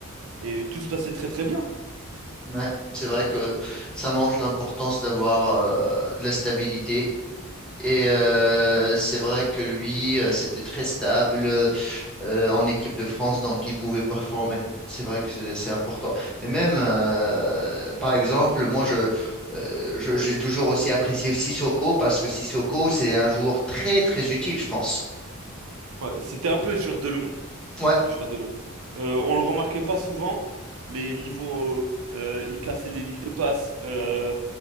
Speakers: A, on the right (about 80°); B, in the centre.
A: Et tout se passait très très bien.
B: Ouais, c'est vrai que ça montre l'importance d'avoir euh, de la stabilité. Et euh, c'est vrai que lui, euh, c'était très stable euh, en équipe de France, donc il pouvait performer. C'est vrai que c'est c'est important. Mais même, euh, par exemple, moi, je, euh, je- j'ai toujours aussi apprécié Sissoko parce que Sissoko, c'est un joueur très, très utile, je pense.
A: Ouais, c'était un peu le joueur de l'ombre.
B: Ouais,
A: le Joueur de l'ombre. Euh, on le remarquait pas souvent, mais niveau, euh, euh, il cassait les lignes de passe, euh,